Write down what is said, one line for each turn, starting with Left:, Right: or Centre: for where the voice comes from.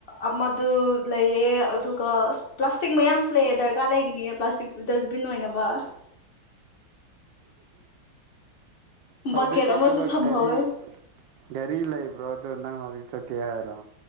Left: ꯑꯃꯗꯨ ꯂꯩꯔꯦ ꯑꯗꯨꯒ ꯑꯁ ꯄ꯭ꯂꯥꯁꯇꯤꯛ ꯃꯌꯥꯝꯁꯨ ꯂꯩꯌꯦ ꯗꯔꯀꯥꯔ ꯂꯩꯀꯅꯤꯌꯦ ꯄ꯭ꯂꯥꯁꯇꯤꯛꯁꯨ ꯗꯁꯕꯤꯟ ꯑꯣꯏꯅꯕ
Right: ꯍꯧꯖꯤꯛ
Left: ꯕꯛꯀꯦꯠ
Right: ꯆꯠꯇꯔꯤꯕ
Left: ꯑꯃꯁꯨ ꯊꯝꯍꯧꯋꯦ
Right: ꯒꯥꯔꯤ ꯒꯥꯔꯤ ꯂꯩꯕ꯭ꯔꯣ ꯗꯣ ꯅꯪ ꯍꯧꯖꯤꯛ ꯆꯠꯀꯦ ꯍꯥꯏꯔꯣ